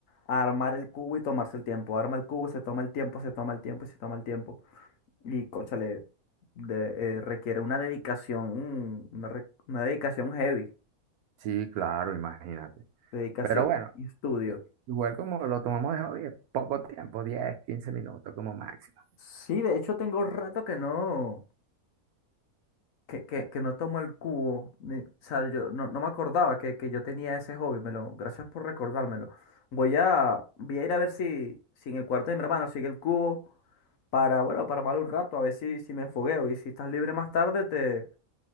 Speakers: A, on the left; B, on the right.
A: a armar el cubo y tomarse el tiempo. Arma el cubo, se toma el tiempo, se toma el tiempo y se toma el tiempo. Y, cónchale, de- eh, requiere una dedicación, mm, una, re- una dedicación heavy,
B: Sí, claro, imagínate.
A: dedicación
B: Pero bueno,
A: y y estudio.
B: igual como lo tomamos de hobby, poco tiempo, 10 15 minutos como máximo.
A: Sí, de hecho tengo rato que no. que, que, que no tomo el cubo, ni- o sea, yo no, no me acordaba que, que yo tenía ese hobby, me lo, gracias por recordármelo. Voy a, voy a ir a ver si, si en el cuarto de mi hermano sigue el cubo para, bueno, para mal un rato, a ver si, si me fogueo. Y si estás libre más tarde, te,